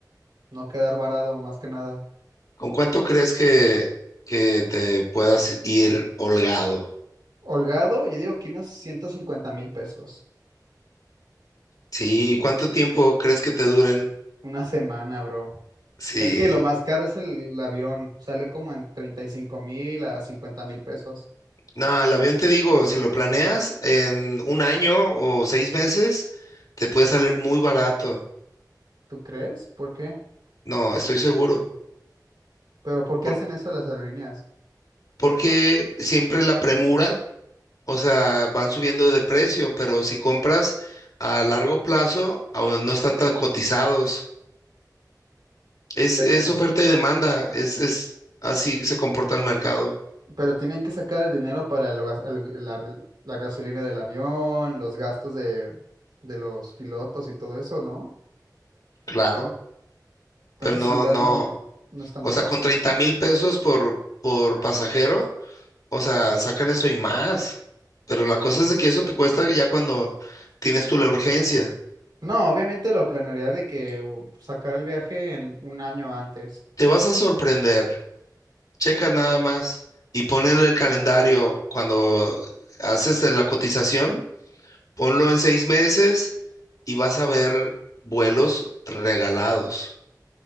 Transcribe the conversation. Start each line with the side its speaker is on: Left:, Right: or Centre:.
Right: no quedar varado más que nada.
Left: ¿Con cuánto crees que, que te puedas ir holgado?
Right: Holgado, yo digo que unos ciento cincuenta mil pesos.
Left: Sí, ¿y cuánto tiempo crees que te duren?
Right: Una semana, bro.
Left: Sí.
Right: Es que lo más caro es el avión. Sale como en treinta y cinco mil a cincuenta mil pesos.
Left: No, el avión te digo, si lo planeas en un año o seis meses, te puede salir muy barato.
Right: ¿Tú crees? ¿Por qué?
Left: No, estoy seguro.
Right: ¿Pero por qué
Left: Por-
Right: hacen eso las aerolíneas?
Left: porque siempre la premura, o sea, van subiendo de precio, pero si compras a largo plazo, ah, no están tan cotizados. Es,
Right: Pero,
Left: es oferta y demanda, es, es así se comporta el mercado.
Right: pero tienen que sacar el dinero para el gas- el- la, el- la gasolina del avión, los gastos de, de los pilotos y todo eso, ¿no?
Left: Claro.
Right: Entonces
Left: Pero no,
Right: igual
Left: no,
Right: no, no es tan
Left: o
Right: barato.
Left: sea, con treinta mil pesos por, por pasajero. O sea, sacan eso y más. Pero la cosa es de que eso te cuesta ya cuando tienes tú la urgencia.
Right: No, obviamente lo planearía de que uh, sacar el viaje en un año antes.
Left: Te vas a sorprender. Checa nada más y ponle el calendario cuando haces la cotización. Ponlo en seis meses y vas a ver vuelos regalados.